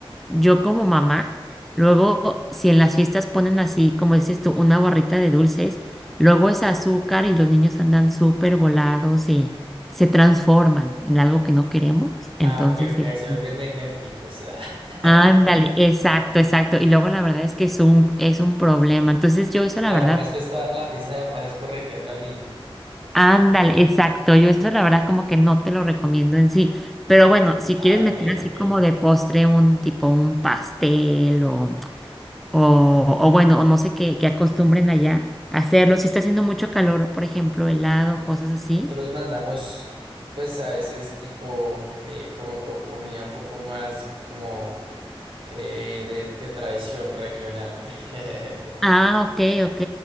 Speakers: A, in the centre; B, on the right.
A: yo como mamá, luego si en las fiestas ponen así, como dices tú, una barrita de dulces, luego es azúcar y los niños andan súper volados y se transforman en algo que no queremos,
B: ah,
A: entonces
B: ok, ok,
A: este,
B: se vuelven enérgicos. <laughs>
A: Ándale, exacto, exacto. Y luego la verdad es que es un, es un problema. Entonces yo eso
B: La
A: la verdad
B: mamá después toda la fiesta de la pasa es correteando al niño.
A: Ándale, exacto. Yo eso la verdad como que no te lo recomiendo en sí. Pero bueno, si
B: Ah,
A: quieres meter
B: ok,
A: así
B: ok.
A: como de postre un tipo un pastel o, o, o bueno, o no sé qué, qué acostumbren allá a hacerlo. Si está haciendo mucho calor, por ejemplo, helado, cosas así.
B: Nosotros mandamos, pues a veces tipo, eh, como co- comida un poco más como eh, de, de tradición regional, <laughs>
A: Ah, ok, ok.